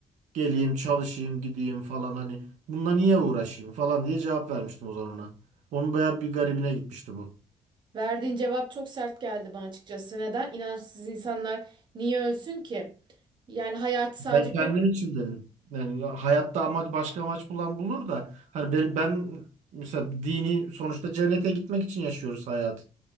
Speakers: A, on the right; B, on the right.
A: Geleyim, çalışayım, gideyim falan hani bununla niye uğraşayım falan diye cevap vermiştim o zaman ona. Onun bayağı bir garibine gitmişti bu.
B: Verdiğin cevap çok sert geldi bana açıkçası. Neden? İnançsız insanlar niye ölsün ki? Yani hayatı
A: Ben
B: sadece
A: kendim
B: kö-
A: için dedim. Yani hayatta amaç başka amaç bulan bulur da hani ben, ben mesela dini sonuçta cennete gitmek için yaşıyoruz hayat.